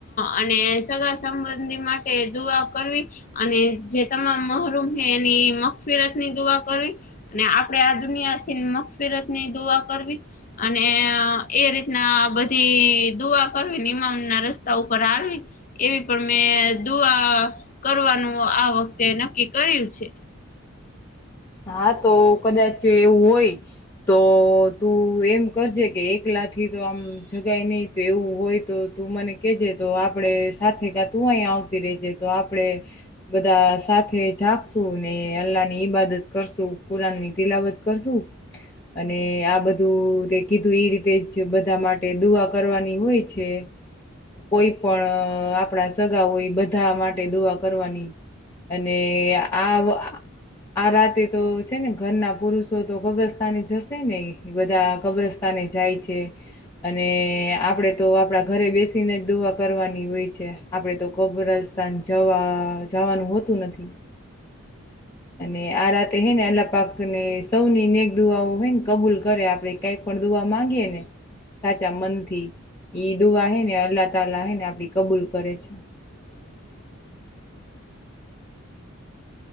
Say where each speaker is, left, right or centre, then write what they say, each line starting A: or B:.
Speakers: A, on the left; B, on the left.
A: અને સગા સંબંધી માટે દુઆ કરવી અને જે તમામ મહરૂમ છે, એની મીરત ની દુઆ કરવી અને આપડે આ દુનિયા થી મકફીરત ની દુઆ કરવી અને એ રીતના બધી દુઆ કરવી ઇમામ ના રસ્તા ઉપર હાલવી. એવી પણ મેં દુઆ કરવાનું આ વખતે નક્કી કર્યું છે.
B: હા તો કદાચ એવું હોય તો તું એમ કરજે કે એક લાખ થી તો આમ જગાય નહી તો એવું હોય તો તું મને કેજે તો આપડે સાથે કા તું આવતી રેજે છે તો આપડે બધા સાથે જાગશું ને અલ્લાહ ની ઈબાદત કરશું કુરાન ની તિલાવત કરશું અને આ બધું તે કીધું એ રીતે બધા માટે દુઆ કરવાની હોય છે. કોઈ પણ આપણા સગા હોય બધા માટે દુઆ કરવાની અને આ આ રાતે તો છે ને ઘરના પુરુષો તો કબ્રસ્તાને જશે ને બધા કબ્રસ્તાને જાય છે અને આપડે તો આપડા ઘરે બેસીને જ દુઆ કરવાની હોય છે આપડે તો ક અબરાસ્તાાન જવા જવાનું હોતું નથી
A: હ
B: અને આ રાત હે ને આલા પાક ને સૌની નેક દુઆઓ હોય ને કબૂલ કરે આપડે કઈ પણ દુઆવા માંગીએ ને સાચા મન થી ઈદુ હ ને અલ્લાહ તહ હ ને આપડી કબૂલ કરે છે
A: <inaudible>